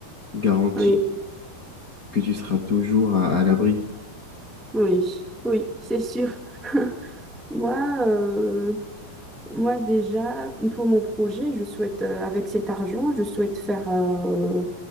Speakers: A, on the left; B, in the centre.
A: garantir
B: oui,
A: que tu seras toujours à, à l'abri.
B: oui, oui, oui, c'est sûr. <laughs> Moi, euh, moi déjà, pour mon projet, je souhaite, euh, avec cet argent, je souhaite faire euh,